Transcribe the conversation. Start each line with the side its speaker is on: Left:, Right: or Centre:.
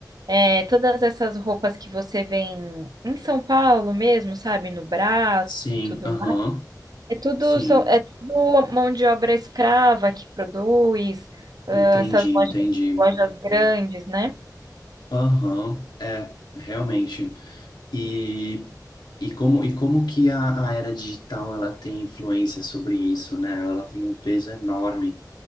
Right: É, todas essas roupas que você vê em, em São Paulo mesmo, sabe? No Brás
Left: Sim,
Right: e tudo
Left: aham,
Right: mais. É tudo,
Left: sim.
Right: são- é tudo mão de obra escrava que produz, ah,
Left: Entendi,
Right: essas lojas,
Left: entendi.
Right: lojas grandes, né?
Left: Aham, é, realmente. E, e como e como que a, a era digital ela tem influência sobre isso, né? Ela tem um peso enorme.